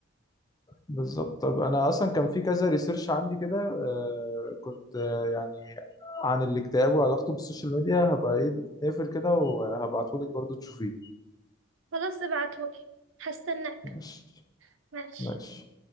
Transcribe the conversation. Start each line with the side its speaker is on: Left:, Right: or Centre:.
Left: بالظبط طب أنا أصلا كان في كذا ريسيرش عندي كده آه، كنت آه، يعني عن الاكتئاب وعلاقته بالسوشيال ميديا هبقى إيه نقفل كده وهبعتهولك برضو تشوفيه
Right: خلاص ابعتهولي هستناك
Left: ماشي
Right: ماشي
Left: ماشي